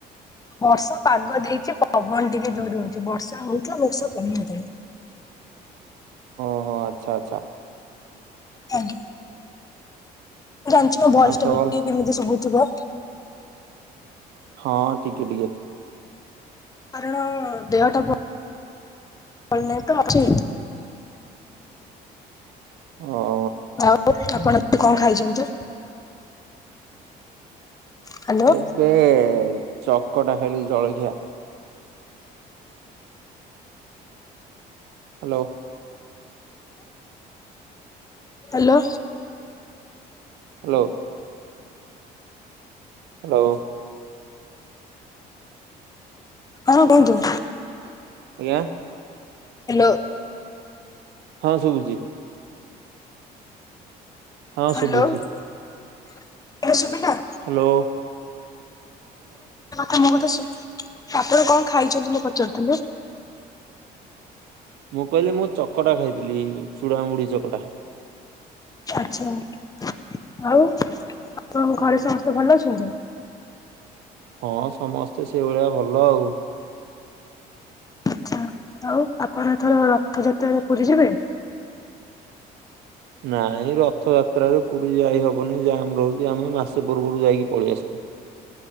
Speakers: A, on the left (about 20°); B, on the right (about 80°).
A: ବର୍ଷା ପାଗ ଦେଇଚି ପବନ ଟିକେ ଜୋରେ ହୋଉଚି। ବର୍ଷା ହୋଉତ ବର୍ଷା କମି ଗଲାଇଁ।
B: ଓଁ ଆଚ୍ଛା ଆଚ୍ଛା।
A: ଆଉ ମୁଁ ଜାଣିଚି ମୋ ଭୟସ୍
B: ଆଉ
A: ଟା
B: ସବୁ
A: ବି
B: ଭଲ
A: ଟିକେ କେମିତି ଶୁବୁଥୁବ।
B: ହଁ ଟିକେ ଟିକେ।
A: କାରଣ ଦେହଟା ଭ ଭଲ୍ ନା‌ହିଁ ତ ଆଜି।
B: ଓ।
A: ଆଉ ଆପଣ କଁ ଖାଇଛନ୍ତୁ? ହ୍ୟାଲୋ
B: ଏବେ ଚକଟା ଖାଇଲି ଜଳଖିଆ। ହାଲୋ।
A: ହାଲୋ।
B: ହାଲୋ। ହାଲୋ।
A: ହଁ କୁହନ୍ତୁ।
B: ଆଜ୍ଞା?
A: ହାଲୋ।
B: ହଁ ଶୁଭୁଚି। ହଁ
A: ହାଲୋ
B: ଶୁଭୁଛି
A: ଏବେ ଶୁଭିଲା?
B: ହାଲୋ?
A: ତମ କଥା ଶୁନି ଆପଣ କଣ ଖାଇଚନ୍ତି ମୁ ପଚାରୁଥିଲେ?
B: ମୁଁ କହିଲି ମୁଁ ଚକଟା ଖାଇଥିଲି ଚୁଡ଼ାମୁଢି ଚକଟା
A: ଆଚ୍ଛା ଆଉ ଆପଣଙ୍କ ଘରେ ସମସ୍ତେ ଭଲ ଅଛନ୍ତି?
B: ହଁ ସମସ୍ତେ ସେଇଭଳିଆ ଭଲ ଆଉ
A: ଆଚ୍ଛା ଆଉ ଆପଣ ଏଥର ରଥଯାତ୍ରାରେ ପୁରୀ ଯିବେ?
B: ନାଇଁ ରଥଯାତ୍ରାରେ ପୁରୀ ଯାଇହବନି ଯାମ୍ ରହୁଚି ଆମେ ମାସେ ପୂର୍ବରୁ ଯାଇକି ପଳେଆସୁ।